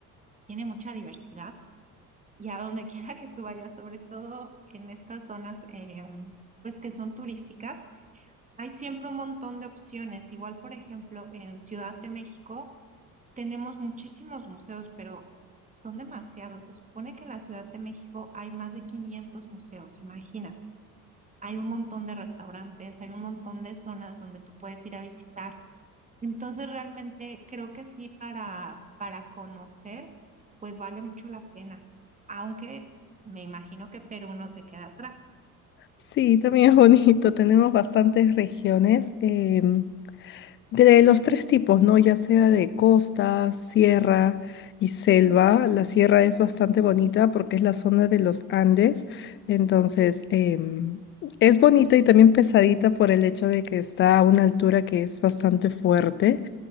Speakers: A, on the right; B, on the left.
A: tiene mucha diversidad y a donde <laughs> quiera que tú vayas, sobre todo en estas zonas eh, pues que son turísticas, hay siempre un montón de opciones. Igual, por ejemplo, en Ciudad de México tenemos muchísimos museos, pero son demasiados. Se supone que en la Ciudad de México hay más de 500 museos, imagínate. Hay un montón de restaurantes, hay un montón de zonas donde tú puedes ir a visitar entonces realmente creo que sí para, para conocer, pues vale mucho la pena, aunque me imagino que Perú no se queda atrás.
B: Sí, también es bonito, tenemos bastantes regiones. em, De los tres tipos, ¿no? Ya sea de costa, sierra y selva. La sierra es bastante bonita porque es la zona de los Andes. Entonces, em, es bonita y también pesadita por el hecho de que está a una altura que es bastante fuerte.